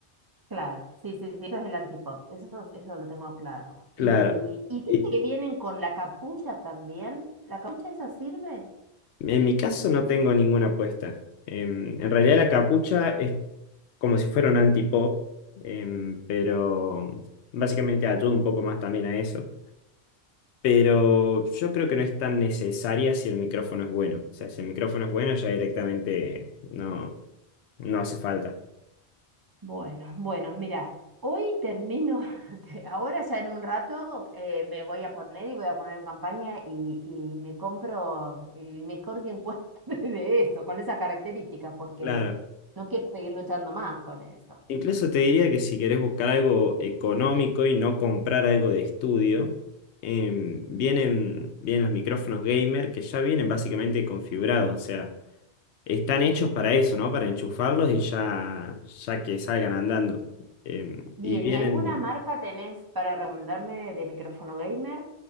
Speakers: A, on the right; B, on the left.
A: Claro, sí, sí, sí, eso es el antipop, eso, eso lo tengo claro.
B: Claro.
A: Y, y viste
B: Y
A: que vienen con la capucha también, ¿la capucha esa sirve?
B: en mi caso no tengo ninguna apuesta. Em, en realidad la capucha es como si fuera un antipop, em, pero básicamente ayuda un poco más también a eso. pero yo creo que no es tan necesaria si el micrófono es bueno. O sea, si el micrófono es bueno, ya directamente no, no hace falta.
A: Bueno, bueno, mira, hoy termino, <laughs> de- ahora ya en un rato eh, me voy a poner y voy a poner en campaña y, y me compro el mejor que encuentre <laughs> de eso, con esas características, porque
B: Claro.
A: no quiero seguir luchando más con eso.
B: Incluso te diría que si querés buscar algo económico y no comprar algo de estudio, em, vienen, vienen los micrófonos gamer que ya vienen básicamente configurados, o sea, están hechos para eso, ¿no? Para enchufarlos y ya, ya que salgan andando. Em,
A: Bien,
B: y vienen,
A: ¿y alguna marca tenés para recomendarme de micrófono gamer?